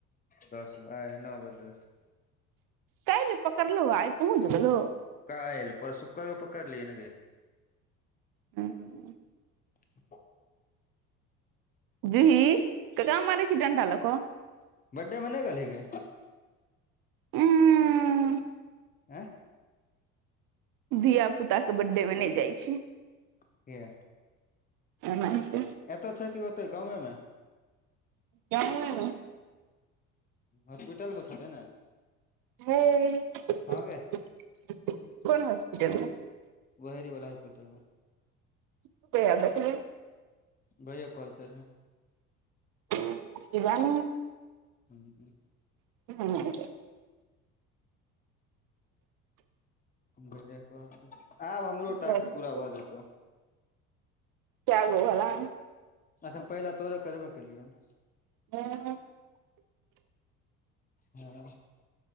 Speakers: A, on the left; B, on the right.
A: दस आय नो बजे <unintelligible>
B: काइल पकड़लहो आइय पहुँच गेलो
A: काइल पर सुकर कऽ पकड़लियै न गे
B: हू
A: <inaudible>
B: जूही ककरा मारै छी डंटा लऽ कऽ
A: बडडे मऽ ने गेलहि गे
B: उं
A: हैं
B: धिया पुताक के बर्थडेमे नहि जाइ छी।
A: किए
B: ओनाइते
A: एतऽ छै की ओते गावमे में
B: गावमे
A: हॉस्पिटल मऽ छथिन नऽ
B: हेय कोन
A: गे
B: हॉस्पिटलमे
A: बहेड़ी वलाा हॉस्पिटल मे।
B: <unintelligible>
A: भैय कहलके रेह
B: <unintelligible>
A: हूँ।
B: <unintelligible>
A: भेजे आब हमरो
B: कै
A: टास्क पूरा भऽ जेतौ।
B: कैय गो भेलाह
A: अखन पहिलाे तोरे करबो केलियौ हन।
B: <unintelligible>
A: <inaudible> हँ